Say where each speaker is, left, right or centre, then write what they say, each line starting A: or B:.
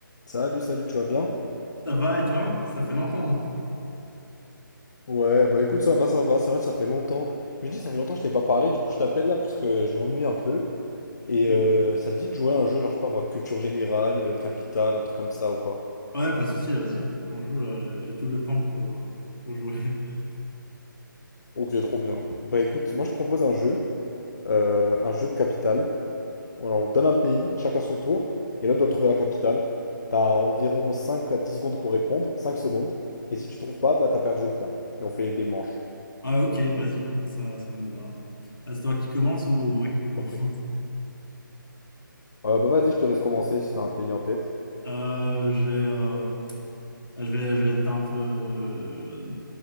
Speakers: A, on the left; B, on the left.
A: Salut, salut, tu vas bien?
B: Ça va et toi? Ça fait longtemps.
A: Ouais, bah écoute, ça va, ça va, c'est vrai, ça fait longtemps. Je me dis, ça fait longtemps que je t'ai pas parlé, du coup je t'appelle là parce que je m'ennuie un peu. Et
B: Oui,
A: euh, ça te dit de jouer à un jeu, genre je sais pas moi, culture générale, euh, capitale, un truc comme ça ou quoi?
B: Ouais, pas de souci, vas-y. On joue, là, j'ai j'ai tout le temps pour, euh, pour jouer. <laughs>
A: Ok, trop bien. Bah écoute, moi je propose un jeu, euh, un jeu de capitale. Voilà, on donne un pays, chacun son tour, et l'autre doit trouver la capitale. T'as environ 5 à 10 secondes pour répondre, 5 secondes. Et si tu trouves pas, bah t'as perdu le point. Et on fait des manches.
B: Ah, ok, vas-y, ça, ça me va. Ah, c'est toi qui commence ou moi qui commence?
A: Ok.
B: <laughs>
A: Euh, bah vas-y, je te laisse commencer si t'as un pays en tête.
B: Euh, j'ai, euh, je vais, je vais être un peu. euh,